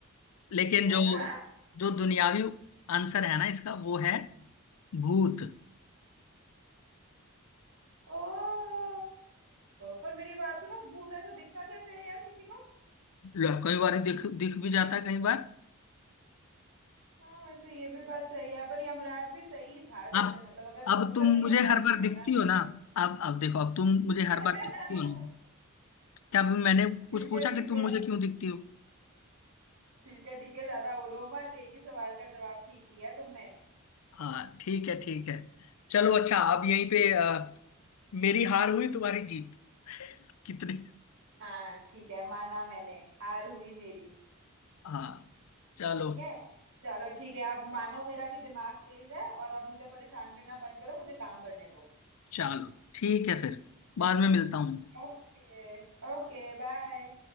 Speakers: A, on the left; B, on the right.
A: लेकिन
B: है
A: जो
B: ना
A: जो दुनियावी आंसर है ना इसका वो है भूत
B: ओ पर मेरी बात सुनो भूत ऐसा दिखता कैसे है यार किसी को
A: लो, कई बार दिख दिख भी जाता है कई बार
B: हाँ वैसे ये भी बात सही है पर यमराज भी सही था जैसे
A: अब
B: मतलब अगर
A: अब
B: भूत
A: तुम
B: है तो
A: मुझे
B: यमराज
A: हर
B: भी
A: बार दिखती
B: होना चाहिए
A: हो ना अब अब देखो अब तुम मुझे हर
B: <laughs>
A: बार दिखती हो ना। क्या अभी मैंने
B: ठीक
A: कुछ पूछा
B: है ठीक
A: कि तुम
B: है
A: मुझे क्यों दिखती हो
B: ठीक है ठीक है ज्यादा उड़ो मत एक ही सवाल का जवाब ठीक दिया है तुमने
A: हाँ ठीक है ठीक है चलो अच्छा अब यहीं पे अ, मेरी हार हुई तुम्हारी जीत <laughs> कितने
B: हाँ ठीक है माना मैंने हार हुई मेरी
A: हाँ चलो
B: ठीक है चलो ठीक है अब मानो मेरा कि दिमाग तेज है और अब मुझे परेशान करना बंद करो मुझे काम करने दो
A: चलो ठीक है फिर बाद में मिलता हूँ
B: ओके Okay bye